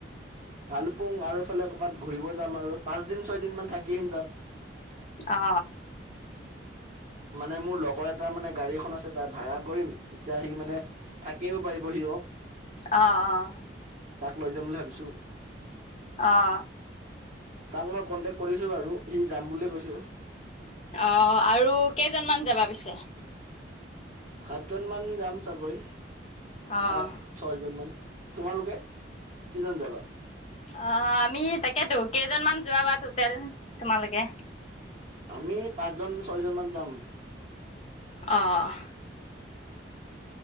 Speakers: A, on the right; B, on the left.
A: ভালুকপুং আৰু এইফালে কৰ'ৰবাত ঘূৰিব যাম আৰু পাঁচদিন ছয় দিন ম থাকি আহিম তাত।
B: অ।
A: মানে মোৰ লগৰ এটা মানে গাড়ীখন আছে তাত ভাড়া কৰিম। তেতিয়া সি মানে থাকিয়ও পাৰিব সিও।
B: আহ আহ।
A: তাক লৈ যাম বুলি ভাবিছোঁ।
B: আহ।
A: তাক মই কন্টেক্ট কৰিছো বাৰু সি যাম বুলি কৈছে।
B: অ আৰু কেইজনমান যাবা পিছে?
A: সাতজন মান যাম চাগৈ।
B: অ'
A: সাত ছয়জন মান, তোমালোকে কেইজন যাবা?
B: আ, আমি তাকেতো কেইজনমান যোৱাাবা টুটেল তোমালোকে।
A: আমি পাঁচজন ছয়জনমানান যাম।
B: অ'।